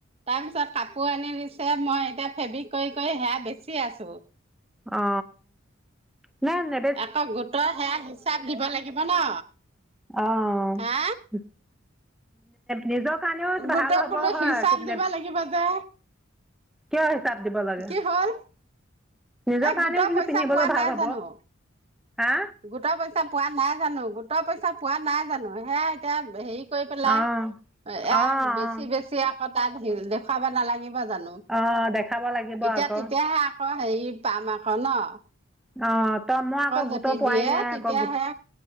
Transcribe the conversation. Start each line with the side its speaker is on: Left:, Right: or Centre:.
Right: তাৰ পিছত কাপোৰ আনি দিছে, মই এতিয়া ফেব্ৰিক কৰি কৰি সেয়া বেচি আছো।
Centre: অ না নে
Right: আকৌ গোটৰ সেয়া হিচাপ দিব লাগিব ন।
Centre: অ।
Right: হা
Centre: <unintelligible> নিজৰ কাৰণেও ভাল
Right: গোটত
Centre: হ'ব
Right: বোলো
Centre: হয়।
Right: হিচাপ
Centre: <unintelligible>
Right: দিব লাগিব যে
Centre: কিয় হিচাপ দিব লাগে?
Right: কি হ'ল
Centre: নিজৰ
Right: এ
Centre: কাৰণেও
Right: গোটৰ
Centre: বুলো
Right: পইচা
Centre: পিন্ধিবলৈ
Right: পোৱা
Centre: ভাল
Right: নাই
Centre: হব।
Right: জানো
Centre: হা?
Right: গোটৰ পইচা পোৱা নাই জানো? গোটৰ পইচা পোৱা নাই জানো? সেয়া এতিয়া হেৰি কৰি পেলাই
Centre: অঁ
Right: এয়া
Centre: অঁ অঁ
Right: বেছি বেছি আকৌ তাত দেখুৱাবা নালাগি বা জানো?
Centre: অঁ দেখাব লাগিব
Right: এতিয়া
Centre: আকৌ
Right: তেতিয়াহে আকৌ হেৰি পাম আকৌ ন?
Centre: অ, তই মই আকৌ
Right: যদি
Centre: গোট পোৱাই
Right: দিয়ে
Centre: নাই
Right: তেতিয়াহে
Centre: আকৌ গো